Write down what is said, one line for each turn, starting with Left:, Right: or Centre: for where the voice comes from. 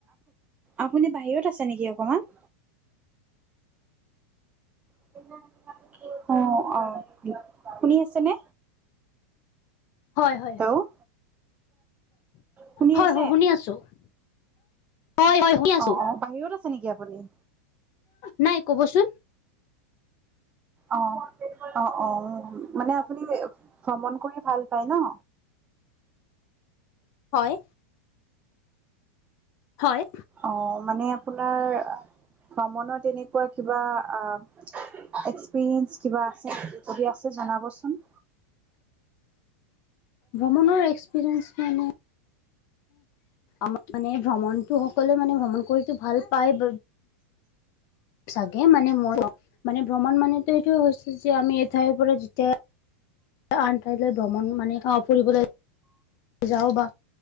Right: আপুনি বাহিৰত আছে নেকি অকমান? <unintelligible> অ, অ শুনি আছেনে?
Left: হয়, হয়!
Right: হেল্ল' শুনি
Left: হয়,
Right: আছে
Left: হয়, শুনি আছো। হয়, হয়! শুনি আছো
Right: অ, অ বাহিৰত আছে নেকি আপুনি?
Left: নাই ক'বচোন,
Right: অ, অ, অ মানে আপুনি ভ্ৰমণ কৰি ভাল পায় ন?
Left: হয়! হয়!
Right: অ, মানে আপোনাৰ ভ্ৰমণৰ তেনেকুৱা কিবা আহ এক্সপিৰিয়েঞ্চ কিবা আছে নেকি? যদি আছে জনাবচোন।
Left: ভ্ৰমণৰ এক্সপিৰিয়েঞ্চ মানে আমাৰ মানে, ভ্ৰমণটো সকলোৱে মানে ভ্ৰমণ কৰিতো ভাল পায়। চাগে মানে মোৰ মানে ভ্ৰমণ মানে এইটোয়ে টো হৈছে যে আমি এঠাইৰ পৰা যেতিয়া আন ঠাইলৈ ভ্ৰমণ মানে সে ফুৰিবলৈ যাও বা